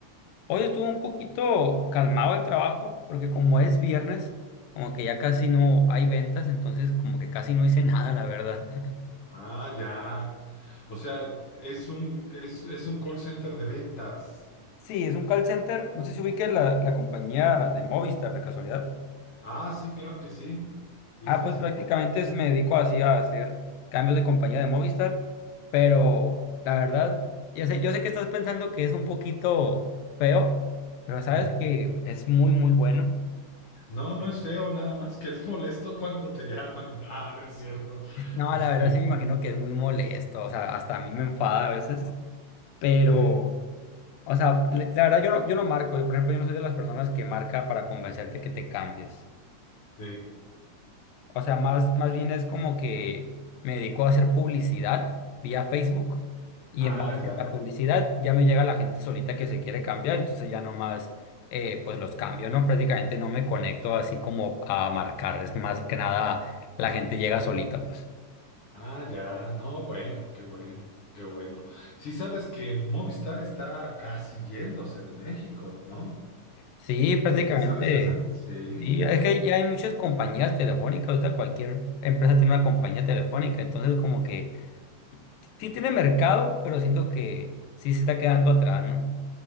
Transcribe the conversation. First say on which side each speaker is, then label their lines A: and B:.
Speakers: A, on the left; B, on the left.
A: Hoy estuvo un poquito calmado el trabajo, porque como es viernes, como que ya casi no hay ventas, entonces como que casi no hice <laughs> nada, la verdad. <laughs>
B: Ah, ya. O sea, es un, es, es un call center de ventas.
A: Sí, es un call center, no sé si ubiques la, la compañía de Movistar, de casualidad.
B: Ah, sí, claro que sí. Sí,
A: Ah,
B: sí,
A: pues
B: sí.
A: prácticamente es- me dedico así a hacer cambios de compañía de Movistar, pero la verdad, yo sé, yo sé que estás pensando que es un poquito feo, pero sabes
B: Mm.
A: que es muy, muy bueno.
B: No, no es feo, nada más que es molesto cuando te llaman. Ah, no es cierto.
A: No,
B: Este,
A: la verdad sí me imagino que es muy molesto, o sea, hasta a mí me enfada a veces, pero,
B: sí,
A: o sea, le- la verdad yo no, yo no marco, yo, por ejemplo, yo no soy de las personas que marca para convencerte que te cambies.
B: sí.
A: O sea, más, más bien es como que me dedico a hacer publicidad vía Facebook y
B: Ah,
A: en base
B: ya.
A: a la publicidad ya me llega la gente solita que se quiere cambiar, entonces ya nomás eh, pues los cambio, ¿no? Prácticamente no me conecto así como a marcar, es más que nada la gente llega solita, pues.
B: Ah, ya, no, bueno, qué bueno, qué bueno. Sí sabes que Movistar está casi yéndose de México, ¿no?
A: Sí, prácticamente.
B: ¿Sí te sabes esa? Sí.
A: sí es que ya hay muchas compañías telefónicas, o sea, cualquier empresa tiene una compañía telefónica, entonces como que sí tiene mercado, pero siento que sí se está quedando atrás, ¿no?